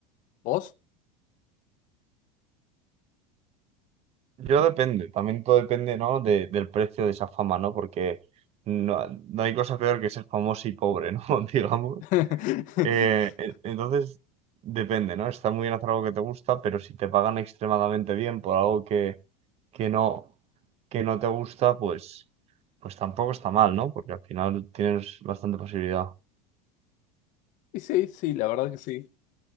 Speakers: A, on the left (about 50°); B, on the right (about 40°).
A: ¿Vos?
B: Yo depende, también todo depende, ¿no? de- del precio de esa fama, ¿no? Porque no, no hay cosa peor que ser famoso y pobre, ¿no? <laughs> Digamos.
A: <laughs>
B: Eh, e- entonces, depende, ¿no? Está muy bien hacer algo que te gusta, pero si te pagan extremadamente bien por algo que, que no, que no te gusta, pues, pues tampoco está mal, ¿no? Porque al final tienes bastante posibilidad.
A: Y sí, sí, la verdad que sí.